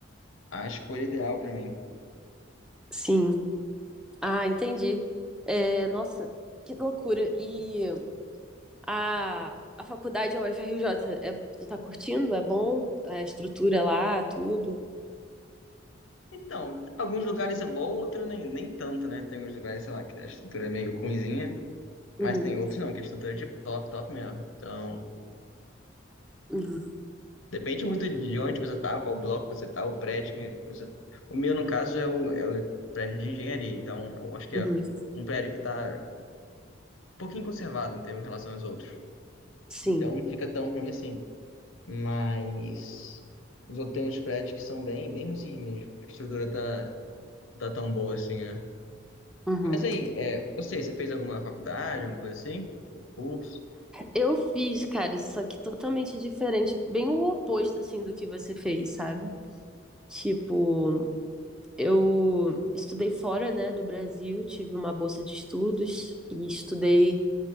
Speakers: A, on the left; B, in the centre.
A: a escolha ideal para mim.
B: Sim. Ah, entendi. É, nossa, que loucura. E a, a faculdade, a UFRJ, é, tu tá curtindo? É bom? A estrutura lá, tudo?
A: Então, alguns lugares é bom, outros nem, nem tanto, né? Tem uns lugares, sei lá, que a estrutura é meio ruinzinha,
B: Uhum,
A: mas tem outros não, que a estrutura é tipo top, top mesmo. Então.
B: uhum,
A: Depende muito de onde você tá, qual bloco você tá, o prédio que você... tá. O meu, no caso, é o, é o prédio de engenharia. Então, eu acho que
B: uhum.
A: é um prédio que tá um pouquinho conservado em termos- em relação aos outros.
B: Sim.
A: Então, não fica tão ruim assim. Mas os outros tem uns prédios que são bem, bem ruins mesmo. A estrutura tá, tá tão boa assim, né?
B: Uhum.
A: Mas aí, é, você, você fez alguma faculdade, alguma coisa assim? Um curso?
B: Eu fiz, cara, só que totalmente diferente, bem o oposto, assim, do que você fez, sabe? Tipo, Eu estudei fora, né, do Brasil, tive uma bolsa de estudos e estudei